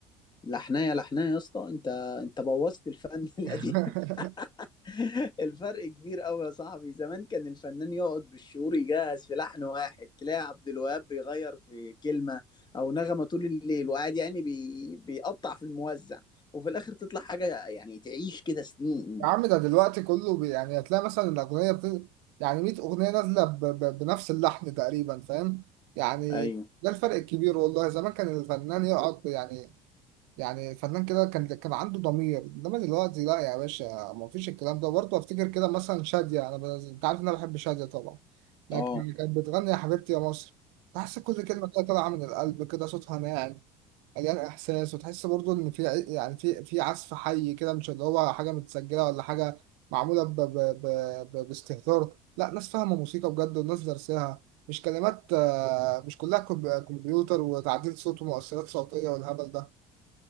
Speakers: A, on the left (about 25°); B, on the right (about 70°).
A: لحنايه لحنايه يا اسطى انت انت بوظت الفن <laughs> القديم
B: <laughs>
A: <laughs> الفرق كبير قوي يا صاحبي زمان كان الفنان يقعد بالشهور يجهز في لحن واحد تلاقي عبد الوهاب بيغير في كلمة أو نغمة طول الليل وقاعد يعني بي... بيقطع في الموزع وفي الآخر تطلع حاجة يعني تعيش كده سنين
B: يا عم ده دلوقتي كله بي يعني هتلاقي مثلا الأغنية بت... يعني 100 أغنية نازلة ب... ب... بنفس اللحن تقريبا فاهم؟ يعني
A: ايوه
B: ده الفرق الكبير والله زمان كان الفنان يقعد يعني يعني فنان كده كان كان عنده ضمير انما دلوقتي لا يا باشا ما فيش الكلام ده برضه افتكر كده مثلا شادية انا ب... انت عارف ان انا بحب شادية طبعا لكن
A: اه
B: كانت بتغني يا حبيبتي يا مصر تحس كل كلمة كده طالعة من القلب كده صوتها ناعم مليان احساس وتحس برضه ان في ع- يعني في في عزف حي كده مش اللي هو حاجة متسجلة ولا حاجة معمولة ب... ب... ب... ب... باستهتار لا ناس فاهمة موسيقى بجد والناس درسها مش كلمات آه، مش كلها كمب- كمبيوتر وتعديل صوت ومؤثرات صوتية والهبل ده